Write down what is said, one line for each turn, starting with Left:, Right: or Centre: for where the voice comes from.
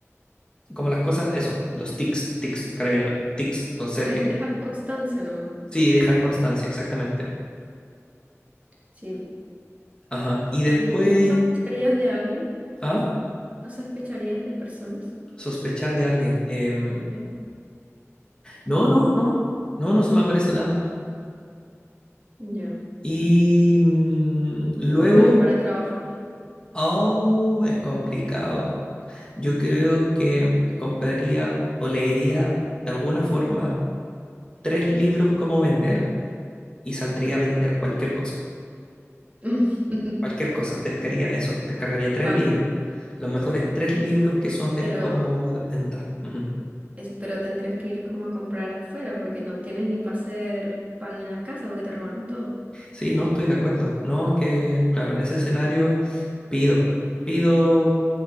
Left: Como las cosas, eso, los tics, tics, carabineros, tics, conserje.
Right: Como Es que dejar constancia nomás.
Left: Sí, dejar constancia, exactamente.
Right: Sí.
Left: Ajá. Y
Right: ¿Y
Left: después,
Right: cómo no sospecharías de alguien?
Left: ah,
Right: ¿No sospecharías de personas?
Left: sospechar de alguien. Em,
Right: Sí.
Left: no, no, no, no, no se me aparece nada.
Right: Ya.
Left: Y mm, luego,
Right: ¿Y cómo harías para trabajar?
Left: oh, es complicado. Yo creo que compraría o leería de alguna forma tres libros como vender y saldría a vender cualquier cosa.
Right: <laughs>
Left: Cualquier cosa, pescaría eso, descargaría tres
Right: Pan.
Left: libros. Los mejores tres libros que son de
Right: Pero,
Left: cómo de venta. Ujú.
Right: es- pero tendrías que ir como a comprar afuera porque no tienes ni para hacer pan en la casa porque te robaron todo.
Left: Sí, no estoy de acuerdo. No, que claro, en ese escenario pido, pido